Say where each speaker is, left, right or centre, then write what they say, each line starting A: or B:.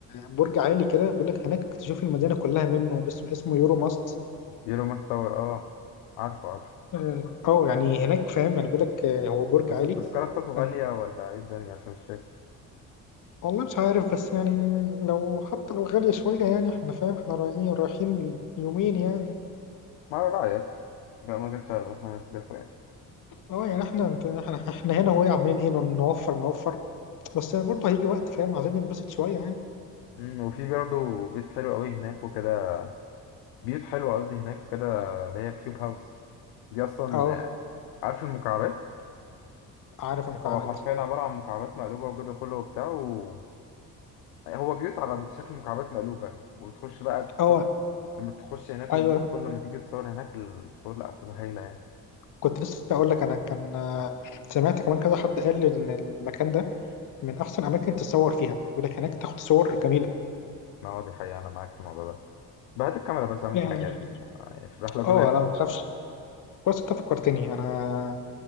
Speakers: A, on the left; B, on the left.
A: برج عالي كده بيقول لك هناك تشوف المدينه كلها منه اسمه اسمه يورو ماست
B: يورو ماس تاور اه عارفه عارفه
A: اه أو يعني هناك فاهم يعني بيقول لك هو برج
B: بس
A: عالي
B: التذكرة بتاعته غالية
A: فأنت-
B: ولا ايه الدنيا عشان مش فاكر
A: والله مش عارف بس يعني لو حتى لو غاليه شويه يعني احنا فاهم احنا رايحين رايحين يومين يعني
B: ما على رأيك لا ما جاتش على احنا نصرفه يعني
A: اه يعني احنا انت احنا, احنا هنا وهي عاملين ايه نوفر نوفر بس يعني برضه هيجي وقت فاهم عايزين ننبسط شويه يعني
B: أمم، وفي برضه بيت حلو قوي هناك وكده بيوت حلوة قصدي هناك وكده اللي هي كيوب هاوس دي اصلا
A: اه
B: عارف المكعبات
A: عارف المكعبات
B: هو حرفيا عبارة عن مكعبات مقلوبة والجدول كله وبتاع و... هو بيوت على شكل مكعبات مقلوبة وتخش بقى تتصور
A: اه
B: لما تخش هناك
A: ايوه
B: والجدول كله لما تيجي تتصور هناك الصور لا بتبقى هايلة يعني
A: كنت لسه اقول لك انا كان آه، سمعت كمان كذا حد قال ان المكان ده من احسن اماكن تتصور فيها بيقول لك هناك تاخد صور جميله
B: ما هو دي حقيقة أنا معاك في الموضوع ده بهات الكاميرا بس أهم
A: اه
B: حاجة يعني يعني في الرحلة كلها
A: آه، لا ما تخافش كويس انت فكرتني انا